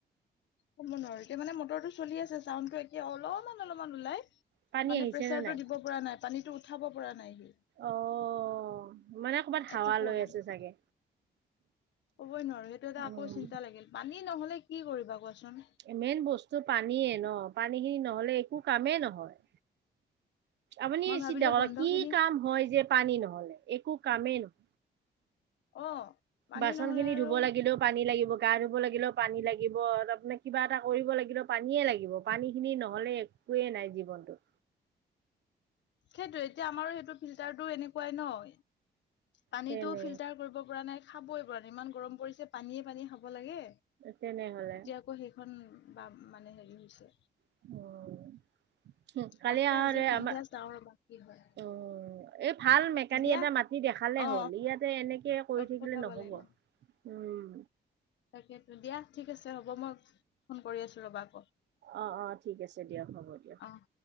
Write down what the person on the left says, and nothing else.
ক'ব নোৱাৰো। এতিয়া মানে মটৰটো চলি আছে, চাউণ্ডটো এয়া অলপমান অলপমান ওলাই।
মানে
প্ৰেচাৰটো
দিব পৰা নাই, পানীটো উঠাব পৰা নাই সি।
এইটো পহা
নাই।
কবই নোৱাৰো এইটো এটা
আকৌ চিন্তা লাগিল। পানী নহ'লে কি কৰিবা কোৱাচোন?
মই ভাবিলো
বন্ধ
খিনি
অ'। পানী
নহলে আৰু
সেইটোয়ে, এতিয়া আমাৰো সেইটো ফিল্টাৰটো এনেকুৱাই ন'। পানীটো
ফিল্টাৰ কৰিব পৰা নাই, খাবই পৰা নাই, ইমান গৰম পৰিছে পানীয়ে পানীয়ে খা ব লাগে,
এতিয়া আকৌ সেইখন বা মানে হেৰি হৈছে।
তাকে
আজি সন্ধিয়া
চাওঁ ৰবা কি হয়
দিয়া
অ
পঠাব
লাগিব
তাকেতো, দিয়া। ঠিক আছে হ'ব মই ফোন কৰি আছোঁ ৰ'বা আকৌ।
অ'।